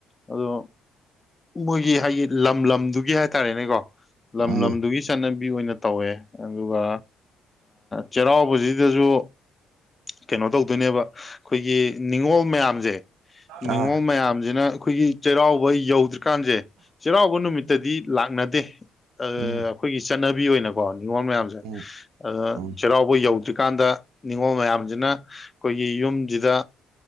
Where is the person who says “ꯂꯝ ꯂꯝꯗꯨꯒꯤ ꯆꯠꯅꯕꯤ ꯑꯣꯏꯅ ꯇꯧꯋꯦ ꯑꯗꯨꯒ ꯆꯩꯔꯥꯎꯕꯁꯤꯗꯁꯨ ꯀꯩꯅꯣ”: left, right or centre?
Left